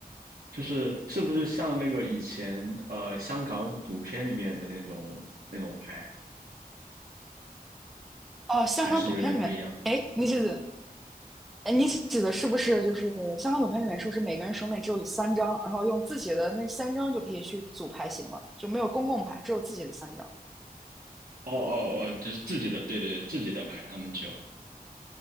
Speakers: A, on the right (about 70°); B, in the centre.
A: 就是是不是像那个以前呃香港赌片里面的那种那种牌，
B: 哦、像香港赌片里面，
A: 还是有点不一样？
B: 哎，那就是哎，你指的是不是就是香港赌牌里面是不是每个人手里面只有三张，然后用自己的那三张就可以去组牌型了，就没有公共牌，只有自己的三张。
A: 哦哦哦，就是自己的，对对对，自己的牌，他们只有。